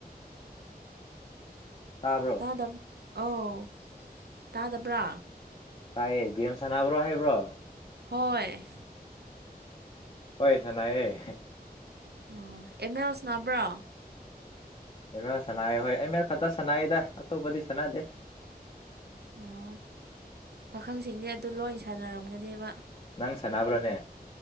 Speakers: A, on the left (about 35°); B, on the right (about 85°).
A: ꯇꯥꯕ꯭ꯔꯣ
B: ꯇꯥꯗꯞ ꯑꯥꯎ ꯇꯥꯗꯕ꯭ꯔꯥ
A: ꯇꯥꯏꯌꯦ ꯒꯦꯝ ꯁꯥꯟꯅꯕ꯭ꯔꯣ ꯍꯥꯏꯕ꯭ꯔꯣ
B: ꯍꯣꯏ
A: ꯍꯣꯏ ꯁꯥꯅꯥꯌꯦ
B: ꯑꯣ ꯑꯦꯃꯦꯜ ꯁ꯭ꯅꯥꯕ꯭ꯔꯥ
A: ꯑꯦꯃꯦꯜ ꯁꯅꯥꯌꯦ ꯍꯣꯏ ꯑꯦꯃꯦꯜ ꯈꯇ ꯁꯥꯅꯥꯌꯦꯗ ꯑꯇꯣꯞꯄꯗꯤ ꯁꯥꯟꯅꯗꯦ
B: ꯑꯣ ꯄꯥꯈꯪꯁꯤꯡꯗꯤ ꯑꯗꯨ ꯂꯣꯏ ꯁꯥꯟꯅꯔꯝꯒꯅꯤꯕ
A: ꯅꯪ ꯁꯥꯟꯅꯕ꯭ꯔꯥꯅꯦ